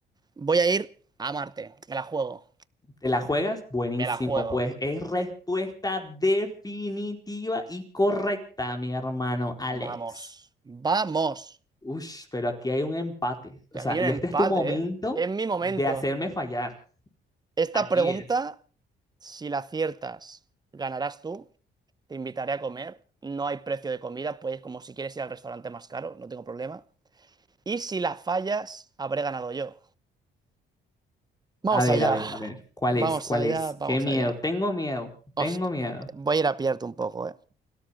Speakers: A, on the right (about 20°); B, on the left (about 20°).
A: Voy a ir a Marte. Me la juego.
B: <laughs> ¿Te la juegas? Buenísimo.
A: Me la juego.
B: Pues es respuesta definitiva y correcta, mi hermano Alex.
A: Vamos. Vamos.
B: Ush, pero aquí hay un empate.
A: Que
B: O sea,
A: aquí hay un
B: y este
A: empate,
B: es tu momento
A: ¿eh? Es mi momento.
B: de hacerme fallar.
A: Esta
B: Aquí
A: pregunta,
B: es.
A: si la aciertas, ganarás tú. Te invitaré a comer. No hay precio de comida, puedes como si quieres ir al restaurante más caro, no tengo problema. Y si la fallas, habré ganado yo. Vamos
B: A ver,
A: allá.
B: a ver, a ver. ¿Cuál
A: Vamos
B: es? ¿Cuál
A: allá,
B: es?
A: vamos
B: Qué miedo.
A: allá.
B: Tengo miedo.
A: Os-
B: Tengo miedo.
A: Voy a ir a pillarte un poco, ¿eh?